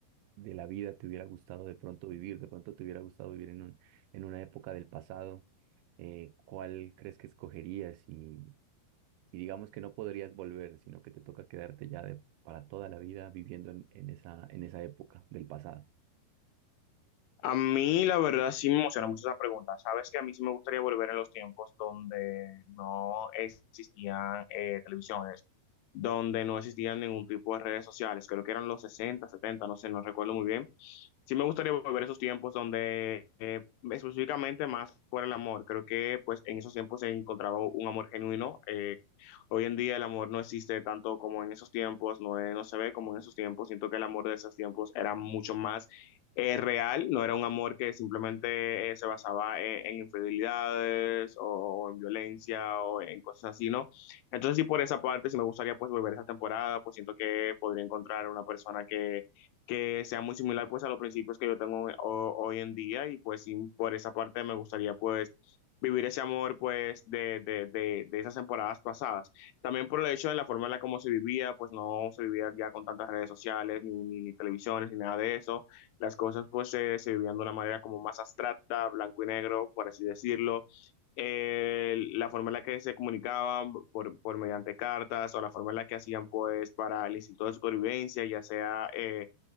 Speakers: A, on the right; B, on the left.
A: de la vida te hubiera gustado de pronto vivir? ¿De pronto te hubiera gustado vivir en un, en una época del pasado? Eh, ¿cuál crees que escogerías? Y, y digamos que no podrías volver, sino que te toca quedarte ya de, para toda la vida viviendo en, en esa, en esa época del pasado.
B: A mí, la verdad, sí me emociona mucho esa pregunta. Sabes que a mí sí me gustaría volver en los tiempos donde no existían eh, televisiones donde no existían ningún tipo de redes sociales, creo que eran los 60 setenta no sé, no recuerdo muy bien, sí me gustaría volver a esos tiempos donde eh, específicamente más fuera el amor. Creo que pues en esos tiempos se encontraba un amor genuino. Eh, hoy en día el amor no existe tanto como en esos tiempos, no, es- no se ve como en esos tiempos. Siento que el amor de esos tiempos era mucho más eh, real, no era un amor que simplemente eh, se basaba en, en infidelidades o, en violencia o en cosas así, ¿no? Entonces sí por esa parte sí me gustaría pues volver a esa temporada, pues siento que podría encontrar una persona que que sea muy similar pues a los principios que yo tengo ho- hoy en día y pues sí, por esa parte me gustaría pues vivir ese amor pues de, de, de, de esas temporadas pasadas. También por el hecho de la forma en la como se vivía, pues no se vivía ya con tantas redes sociales, ni, ni, ni televisiones, ni nada de eso. Las cosas pues se, se vivían de una manera como más abstracta, blanco y negro, por así decirlo. Eh, la forma en la que se comunicaban por, por mediante cartas o la forma en la que hacían pues para el instinto de supervivencia, ya sea eh,